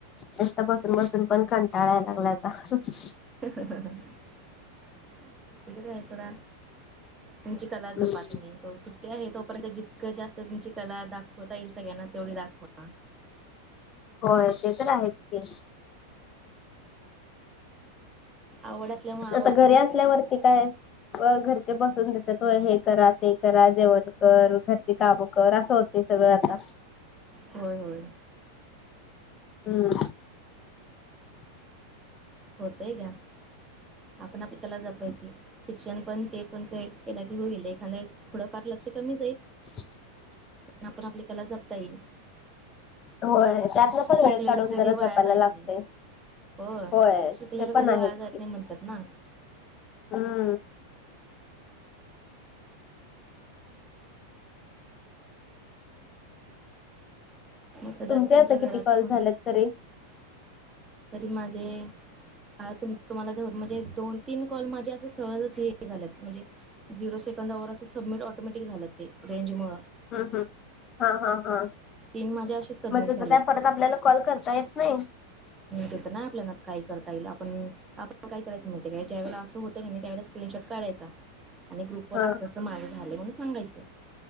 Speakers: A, on the left (about 30°); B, on the right (about 15°).
A: नुसतं बसून - बसून पण कंटाळा यायला लागलाय आता. <unintelligible>
B: <unintelligible> तर आहे सोडा. तुमची कला
A: हम्म.
B: जपा तुम्ही. त सुट्टी आहे तोपर्यंत, जितकं जास्त तुमची कला दाखवता येईल सगळ्यांना तेवढी दाखवा.
A: होय. ते तर आहेच की.
B: आवड असल्यामुळे
A: त
B: आवड
A: आता घरी
B: कधीच
A: असल्यावरती काय? अ घरचे बसून देतेत व्हय? हे करा, ते करा. जेवण कर. घरची कामं कर. असं होत. हे सगळं आता.
B: होय-होय.
A: हम्म.
B: होतय घ्या, आपण आपली कला जपायची. शिक्षण पण, ते पण, के केलं की होईल. एखादं थोडं फार लक्ष कमी जाईल.
A: <inaudible>
B: आपण आपली कला जपता येईल.
A: होय. त्यातन पण
B: शिकलेलं
A: वेळ काढून
B: कधी
A: जरा
B: वाया
A: जपायला
B: जात
A: लागतय.
B: नाही हो
A: होय.
B: शिकलेलं
A: ते पण
B: कधी
A: आहेत
B: वाया जात
A: की.
B: नाही म्हणतात ना
A: हम्म.
B: मग सध्या
A: तुमचे
B: तुमच्या
A: आता
B: घरात
A: किती कॉल
B: कोण
A: झालेत, तरी.
B: तरी माझे आ तुम - तुम्हाला धर म्हणजे दोन- तीन कॉल माझे असं सहजच हे झाल्यात. म्हणजे झिरो सेकंदावर असं सबमिट ऑटोमॅटिक झालं, ते. रेंज मुळं.
A: हम्म- हम्म. हा, हा, हा.
B: तीन माझ्या असे सबमिट
A: मग तेच
B: झाल्यात
A: काय, परत आपल्याला कॉल करता येत नाही?
B: ते तर नाही, आपल्याला काय करता येईल. आपण आपण काय करायचं नाही. <unintelligible> काय ज्यावेळेला असं होत क नाही. त्यावेळेला स्क्रीनशॉट काढायचा. आणि ग्रुपवर
A: हा
B: आसं - आसं माझं झालय, म्हणून सांगायचं.